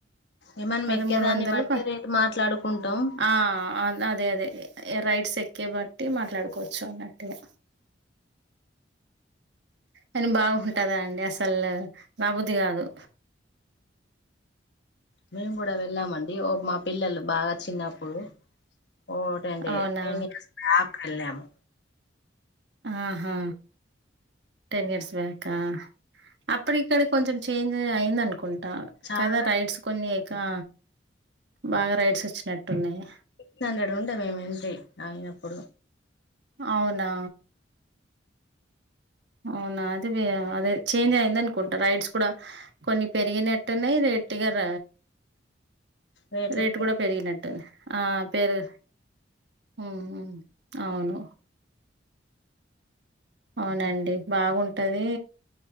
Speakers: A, on the left; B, on the right.
A: ఇంకా మనం
B: పదమూడు
A: ఎక్కేదాన్ని
B: వందలు
A: బట్టి రేటు మాట్లాడుకుంటాం
B: ఆ అదే అదే రైడ్స్ ఎక్కే బట్టి మాట్లాడుకోవచ్చు అన్నట్టుగా అని బాగుంటందా అండి అసలు రబుద్ది కాదు
A: మేము కూడా వెళ్ళామండి ఓ మా పిల్లలు బాగా చిన్నప్పుడు ఓటే అంటడి
B: అవునా
A: <unintelligible> కెలము
B: ఆహా టెన్ ఇయర్స్ బ్యాకా అప్పుడు ఇక్కడ కొంచెం చేంజ్ అయింద అనుకుంటా
A: చాలా
B: కదా రైడ్స్ కొన్నికా బాగా రైడ్స్ వచ్చినట్టున్నాయి
A: సిక్ హండ్రెడ్ ఉంటా మేము ఎంటీ అయినప్పుడు
B: అవునా అవునా అది అదే చేంజ్ అయింది అనుకుంటా రైడ్స్ కూడా కొన్ని పెరిగినట్టునేయి ఎట్టిగార
A: రేట్లు
B: రేటు కూడా పెరిగినట్టు ఆ పేరు ఉ అవును అవునండి బాగుంటది